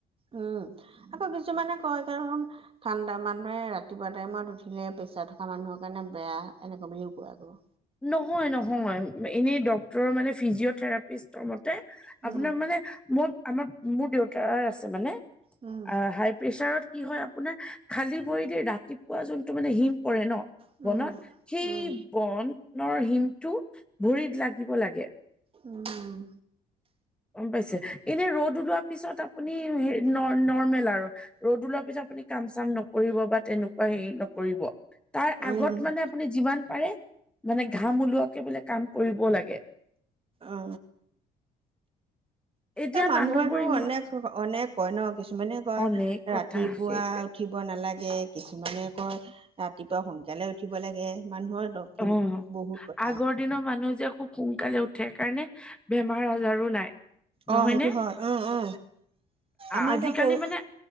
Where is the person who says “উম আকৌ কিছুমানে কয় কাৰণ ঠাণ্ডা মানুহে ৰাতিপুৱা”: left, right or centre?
Right